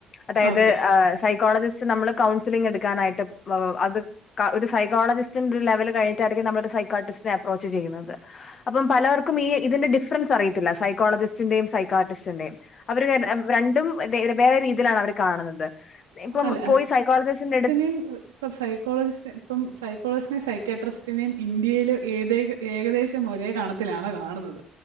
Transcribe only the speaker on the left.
അതായത്
സൈക്കോളജിസ് പക്ഷെ നമ്മള് കൗൺസലിങ്ങ് എടുക്കാനായിട്ട് അത് ഒരു സൈക്കോളജിസ്റ്റ്ന്റെ ഒരു ലെവൽ കഴി നമ്മളൊരു സൈക്രട്ടിസ്റ്റിനെ അപ്പ്രോച്ച് ചെയ്യുന്നത് അപ്പം പലർക്കും ഈ ഇതിന്റെ ഡിസ് ഡിഫ്രൻസ് അറയത്തില്ല സൈക്കോളജിറ്റിന്റെയും സൈ ക്രാട്ടിസ്റ്റിന്റെയും അവര് ര രണ്ടും വേറെവേറെ രീതിയിലാണ് അവർ കാണുന്നത് ഇപ്പം
പോയി സൈക്കോളജിസ്റ്റിന്റെ അടു